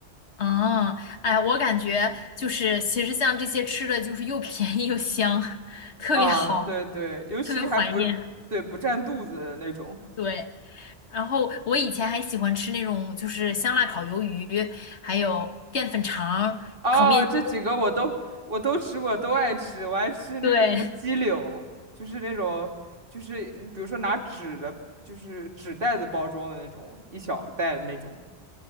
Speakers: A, on the left (about 80°); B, on the right (about 55°).
A: 啊，哎，我感觉就是，其实像这些吃的，就是又便宜又香，<laughs> 特别好，
B: 啊，对对，尤其还不，
A: 特别怀念。
B: 对，不占肚子的那种。
A: 对，然后我以前还喜欢吃那种，就是香辣烤鱿鱼，还有淀粉肠儿烤面筋。
B: 哦，这几个我都我都吃过，都爱吃，我还吃那个什么鸡柳，
A: 对，
B: 就是那种，就是嗯比如说拿纸的，就是纸袋子包装的那种，一小袋的那种